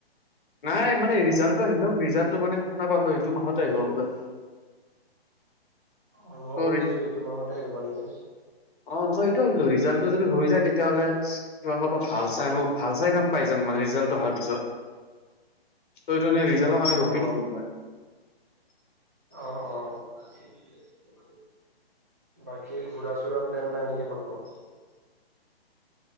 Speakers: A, on the left (about 55°); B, on the right (about 15°).
A: নাই মানে, ৰিজাল্টটো আহিলক। ৰিজাল্টটো মানে শুনা পালোঁ এইটো মাহতে আহিব বলে।
B: অহ, মইয়ো
A: ত'
B: শুনিছোঁ এইটো মাহতে আহিবা নেকি।
A: অহ, মই এইটো ভাবিলোঁ। ৰিজাল্টটো যদি হৈ যায়, তিতিয়াহ'লে- কিবা ক'ৰবাত ভাল চাই ম' ভাল চাই কাম মানে, ৰিজাল্টটো অহাৰ পিছত। তইটো এনে ৰিজাল্টৰ কাৰণে ৰখি
B: অ',
A: দিলোঁ মই।
B: অ', অ', বাকী ঘূৰা-চুৰা প্লেন নাই নেকি ক'তো?